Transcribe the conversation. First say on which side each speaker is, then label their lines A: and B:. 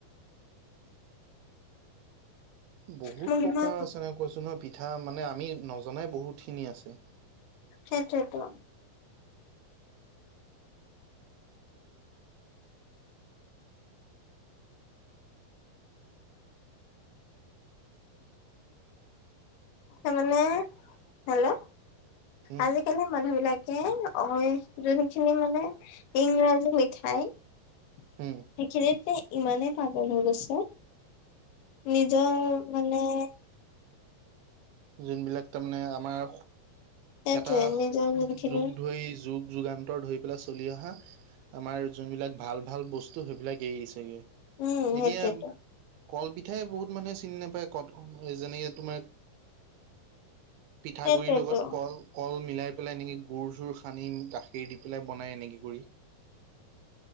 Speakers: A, on the right (about 85°); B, on the left (about 80°).
A: বহুত
B: মোক
A: প্ৰকাৰৰ
B: ইমান
A: আছে এনেক কৈছো নহয় পিঠা মানে আমি নজনাই বহুতখিনি আছে
B: সেইটোয়েটো তাৰ মানে হেল্ল'
A: উম
B: আজিকালি মানুহ বিলাকে অ যোনখিনি মানে ইংৰাজী মিঠাই সেইখিনতে
A: উম
B: ইমানেই পাগল হৈ গৈছে নিজে মানে
A: যোনবিলাক তাৰমানে আমাৰ
B: সেইটোৱে
A: এটা
B: নিজৰ যোনখিনি
A: যুগ ধৰি যগ যুগান্তৰ ধৰি পেলাই চলি অহা আমাৰ যোনবিলাক ভাল ভাল বস্তু সেইবিলাক এৰি দিছেগৈ
B: উম সেইটোৱেতো
A: এতিয়া কল বি পিঠাই বহুত মানুহে চিনি নাপায় ক যেনেকে তোমাৰ পিঠাগুৰিৰ
B: সেইটোৱেতো
A: লগত কল কল মিলাই পেলাই এনেকে গুৰ চুৰ সানি গাখীৰ দি পেলাই বনাই এনেকে কৰি